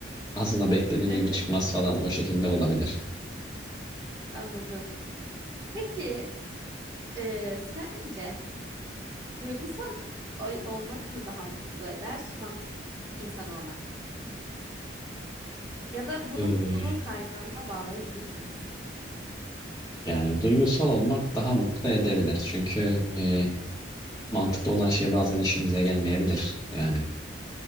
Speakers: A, on the left (about 20°); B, on the right (about 20°).
A: aslında beklediğim
B: <laughs>
A: gibi çıkmaz falan o şekilde olabilir.
B: Anladım. Peki e, sence duygusal oy- olmak mı daha mutlu eder, mantık insan olmak mı? Ya da bunu
A: Ee,
B: mutluluğun kaynağına bağlayabilir miyiz?
A: Yani duygusal olmak daha mutlu edebilir. Çünkü e, mantıklı olan şey bazen işimize gelmeyebilir. Yani